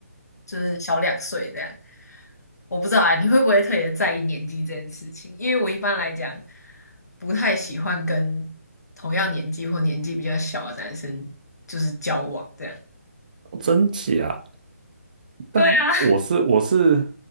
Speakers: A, on the left (about 80°); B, on the right (about 30°).
A: 就是小两岁这样。我不知道啊，你会不会特别在意年纪这件事情？因为我一般来讲不太喜欢跟同样年纪或年纪比较小的男生就是交往这样。
B: 真假？但我是我是，
A: 对啊，